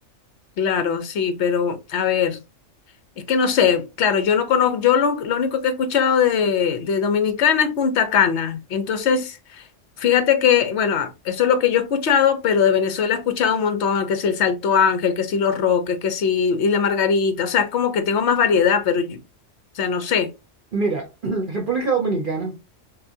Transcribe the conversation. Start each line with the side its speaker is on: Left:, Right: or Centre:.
Left: Claro, sí, pero a ver, es que no sé, claro, yo no conozco, yo lo, lo único que he escuchado de, de Dominicana es Punta Cana, entonces Fíjate que, bueno, ah, eso es lo que yo he escuchado, pero de Venezuela he escuchado un montón, que si el Salto Ángel, que si los Roques, que si y la Margarita, o sea, como que tengo más variedad, pero yo, o sea, no sé,
Right: Mira, <clears throat> República Dominicana.